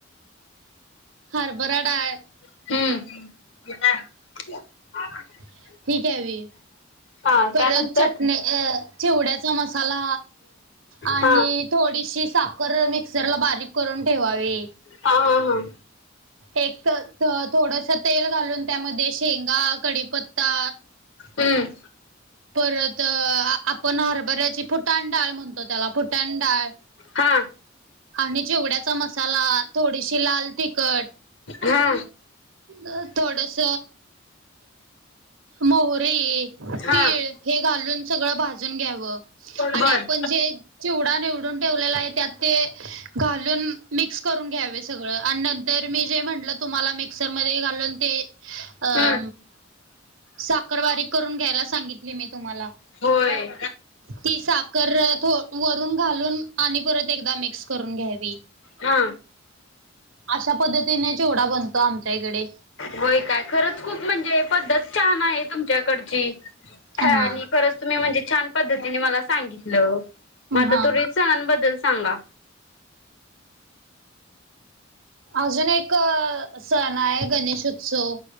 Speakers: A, on the right; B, on the left.
A: हरभराडाय
B: हम्म <unintelligible>
A: हठीक्यावी
B: हा
A: परत
B: त्यानंतर
A: चटणी चिवड्याचा मसाला आणि
B: हा
A: थोडीशी साखर मिक्सर ला बारीक करून ठेवावी <unintelligible>
B: हा हा हां
A: एक थोडस तेल घालून त्यामध्ये शेंगा कडीपत्ता
B: हम्म
A: परत आपण हरभऱ्याची फोटाण डाळ म्हणतो <unintelligible> त त्याला फुटंडा
B: हा
A: आणि चिवड्याचा मसाला थोडीशी लाल तिखट <unintelligible>
B: हा
A: अ थोडस मोहरीे <unintelligible>
B: हा
A: हे घालून... सगळं भाजून घ्यावं... आणि
B: बर
A: आपण जे चिवडा निवडून ठेवलेला आहे... त्यात ते... घालून मिक्स करून घ्यावे सगळं आणि नं तर मी जे म्हटलं तुम्हाला... मिक्सरमध्ये घालून... ते... अ
B: हम्म
A: साखर बारीक करून घ्यायला सांगितली मी तुम्हाला
B: होय
A: ती... साखर वरून घालून... आणि परत एकदा मिक्स करून घ्यावी
B: हा
A: अशा पद्धतीने चिवढा बनतो आमच्या इकडे
B: होय काय.... खरंच खूप म्हणजे... पद्धत छान आहे तुमच्याकडची ह...
A: हा.
B: आणि खरंच तुम्ही म्हणजे... छान पद्धतीने मला सांगितलं... मग आता
A: हा
B: तुरी सणांबद्दल सांगा
A: अजून एक सण आहे... गणेश उत्सव